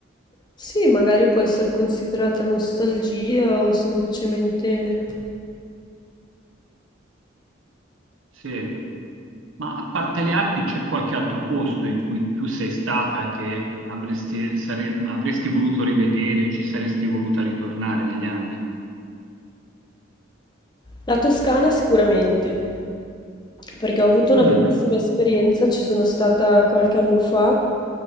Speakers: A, on the left; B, on the right.
A: Sì, magari può essere considerata nostalgia o semplicemente...
B: Sì, ma a parte le Alpi c'è qualche altro posto in cui tu sei stata che avresti, sare- avresti voluto rivedere, ci saresti voluta ritornare negli anni?
A: La Toscana sicuramente, perché ho avuto una
B: Mm.
A: bellissima esperienza, ci sono stata qualche anno fa